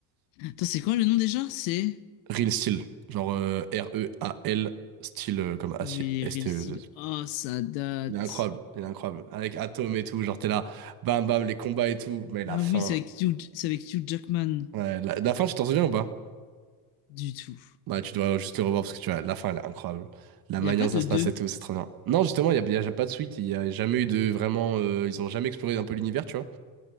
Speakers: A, on the left (about 70°); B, on the right (about 45°).
A: Attends, c'est quoi le nom déjà? C'est.
B: Real Steel, genre euh, R-E-A-L, style euh, comme acier,
A: Oui,
B: S-T-E.
A: Real Steel. Ah, ça date.
B: Il est incroyable, il est incroyable. Avec Atom et tout, genre t'es là, bam bam, les combats et tout, mais la
A: Ah
B: fin.
A: oui, c'est avec Hugh, c'est avec Hugh Jackman
B: ouais, la, la fin, tu t'en souviens ou pas?
A: du tout.
B: Bah, tu dois juste le revoir parce que tu vois, la fin, elle est incroyable. La
A: Il
B: manière
A: n'y a pas
B: dont
A: de
B: ça se
A: deux.
B: passe et tout, c'est trop bien. Non, justement, il n'y a, y a pas de suite, il n'y a jamais eu de vraiment. euh, ils ont jamais exploré un peu l'univers, tu vois.